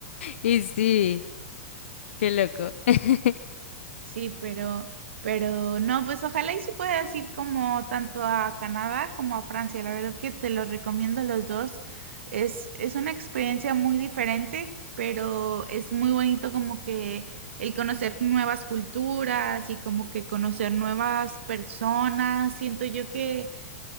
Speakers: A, on the left; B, on the right.
A: Y sí, qué loco. <laughs>
B: Sí, pero, pero no, pues ojalá y sí puedas ir como tanto a Canadá como a Francia. La verdad que te lo recomiendo los dos. Es, es una experiencia muy diferente, pero es muy bonito como que el conocer nuevas culturas y como que conocer nuevas personas. Siento yo que